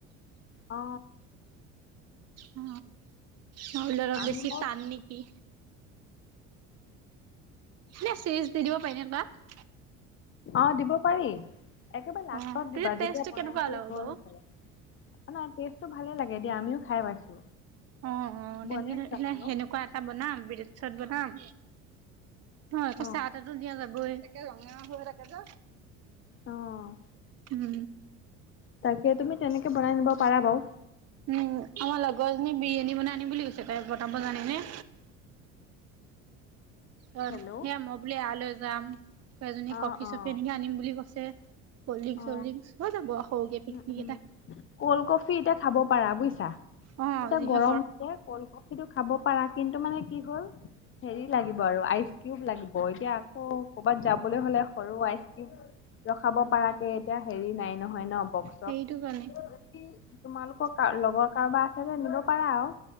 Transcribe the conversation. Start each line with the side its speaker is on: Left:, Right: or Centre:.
Left: অ।
Right: অ নহ'লে অলপ
Left: আমি
Right: বেছি
Left: মই
Right: টান নেকি? এ চিজ দি দিব পাৰিনে তাত?
Left: অ, দিব পাৰি। একেবাৰে লাষ্টত
Right: অ তেতিয়া
Left: দিবা,
Right: টেষ্টটো
Left: যেতিয়া বনাই
Right: কেনেকুৱা
Left: কৰি
Right: ওলাব
Left: হ'ল
Right: বাৰু
Left: সিফালে। নাই টেষ্টটো ভালে লাগে দিয়া, আমিও খাই পাইছো।
Right: অ অ,
Left: বনাই
Right: তেনেকে ধৰ
Left: চামিও
Right: হেলাই সেনেকুৱা এট- টা বনাম, ব্ৰেডচপ বনাম, হয় আকৌ
Left: অ'
Right: চাহ তাতো দিয়া যাবই। কে ৰঙা হৈ থাকে যে,
Left: অ'
Right: উম।
Left: তাকে, তুমি তেনেকে বনাই নিব পাৰা বাও।
Right: উম, আমাৰ লগৰজনী বিৰিয়ানী বনাই আনিম বুলি কৈছে, তাই বনাব জানে নে? অ,
Left: হেল্ল'
Right: সেইয়া মই বোলে এয়ালৈ যাম। লগৰজনীয়ে
Left: অ'
Right: কফি-চফি
Left: অ'
Right: এনেকে আনিম বুলি কৈছে, কল্ডড্ৰিং-
Left: অ'
Right: চলল্ড্ৰিং, হৈ যাব সৰুকে
Left: উম
Right: পিকনিক
Left: উম
Right: এটা।
Left: কল্ড কফি এতিয়া খাব পাৰা বুইছা,
Right: অ
Left: এতিয়া
Right: যিহে
Left: গৰম যে। ক'ল্ড কফিটো খাব পাৰা, কিন্তু মানে কি হ'ল? হেৰি লাগিব আৰু আইচ কিউব লাগিব। এতিয়া আকৌ কৰ'বাত যাবলৈ হ'লে, সৰু আইচ কিউব ৰখাব পাৰাকে এতিয়া হেৰি নাই নহয় ন, বক-চক।
Right: সেইটো কাৰণে
Left: গাখী- তোমালোকৰ কাৰ লগৰ কাৰোবাৰ আছে যে, নিব পাৰা আও।